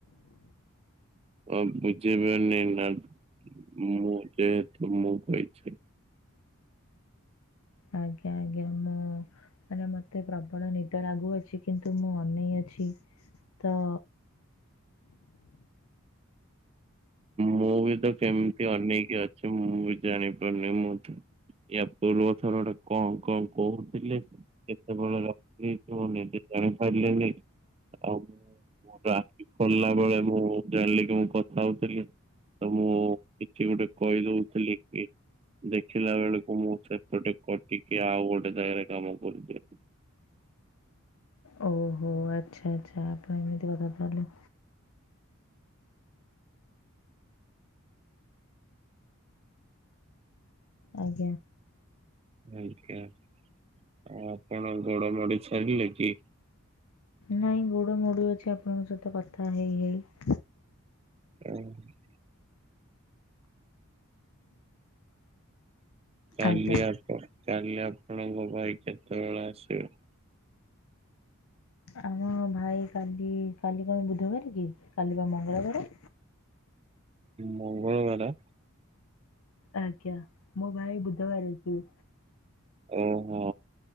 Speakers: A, on the right; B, on the left.
A: ଅଁ ମୁଝିବେନି ମ୍ୟାମ ମୁଁ ଯେହେତୁ ମୁଁ ପାଇଛି।
B: ଆଜ୍ଞା ଆଜ୍ଞା ମୁଁ ମାନେ ମତେ ପ୍ରବଳ ନିଦ ଲାଗୁଅଛି କିନ୍ତୁ ମୁଁ ଅନେଇ ଅଛି ତ
A: ମୁଁ ବି ତ କେମିତି ଅନେକି ଅଛି ମୁଁ ବି ଜାଣିପାରୁନି ମୁଁ ତ। ଇୟା ପୂର୍ବଥର ଟା କଣ କଣ କହୁଥିଲି? କେତେବେଳେ ରଖି ଦେଇଛି ମୁଁ ନିଜେ ଜାଣିପାରିଲିନି ଆଉ ମୁଁ ମୋର ଆଖି ଖୋଲିଲା ବେଳେ ମୁଁ ଜାଣିଲି କି ମୁଁ କଥା ହଉଛି। ତ ମୁଁ କିଛି ଗୋଟେ କହିଦଉଥିଲି କି? ଦେଖିଲା ବେଳକୁ ମୁଁ ସେପଟେ କଟିକି ଆଉ ଗୋଟେ ଜାଗାରେ କାମ କରୁଚି।
B: ଓହୋ ଆଚ୍ଛା ଆଚ୍ଛା ଆପଣ ଏମିତି କଥା ତାହଲେ। ଆଜ୍ଞା।
A: ଆଜ୍ଞା ଆଉ ଆପଣ ଗୋଡ ମୋଡି ଛାଡ଼ିଲେ କି?
B: ନାଇଁ ଗୋଡ ମୋଡୁ ଅଛି ଆପଣଙ୍କ ସହିତ କଥା ହେଇ ହେଇ।
A: <inaudible> କାଲି
B: ଆଜ୍ଞା
A: ଆପଣ କାଲି ଆପଣଙ୍କ ଭାଇ କେତେବେଳେ ଆସିବେ?
B: ଆମ ଭା ଭାଇ କାଲି କାଲି କଣ ବୁଧବାର କି କାଲି ବା ମଙ୍ଗଳବାରେ।
A: ମଙ୍ଗଳବାରେ।
B: ଆଜ୍ଞା ମୋ ଭାଇ ବୁଧବାର ଆସିବେ।
A: ଓହୋ